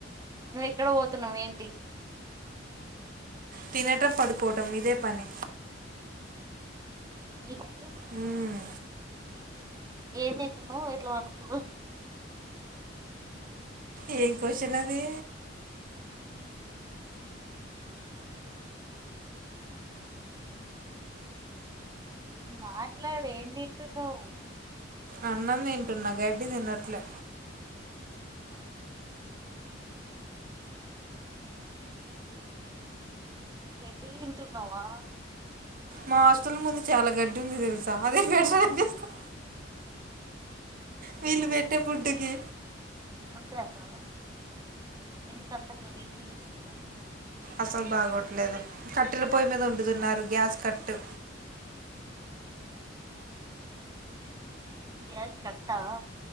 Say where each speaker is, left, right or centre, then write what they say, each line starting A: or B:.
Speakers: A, on the right; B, on the right.
A: నువ్ ఇక్కడ పోతున్నావ్ ఏంటి?
B: తినటం పడుకొవటం ఇదే పని
A: నీకు అండి
B: హ్మ్ మ్మ్
A: ఏమ్ తింటున్నావ్ ఎట్లా పండుకుండు
B: ఏం క్వశన్ అది
A: మాట్లాడు ఏం తింటున్నావు
B: అన్నం తింటున్నా గడ్డి తిన్నట్లే
A: గడ్డి తింటున్నావా
B: మ్యాస్ <inaudible> మా ఇంటి ముందు చాలా గడ్డి ఉంది తెలుసా అదే బెటర్ అని చెప్తున్న వీళ్ళు పెట్టే ఫుడ్ కి
A: అంతే అంటావాఎందుకంతా గలీజుగా చేస్తార్రు
B: అసలు బాగోట్లేదు కట్టెల పొయ్యి మీద వండుతున్నారు గ్యాస్ కట్టు
A: గ్యాస్ కట్టా